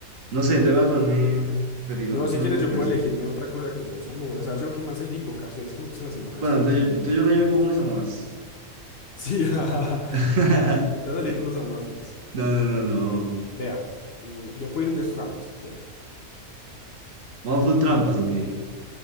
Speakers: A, on the right; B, on the left.
A: No sé, te voy a comerme. Pero
B: No,
A: no, que
B: si
A: no
B: quieres,
A: me-
B: yo
A: pues,
B: puedo elegirme otra cosa que no sea usar modas. A ver, yo qué más hay de invocaciones, que me gustan las invocaciones.
A: Bueno, entonces yo, entonces yo creo que me cojo uno más.
B: Sí, <laughs> jajaja.
A: <laughs>
B: te vas a salir unos a más vos.
A: No, no, no, no.
B: Vea, mm, yo puedo ir un SRAM si quiere.
A: ¿Vamos full trampas o qué?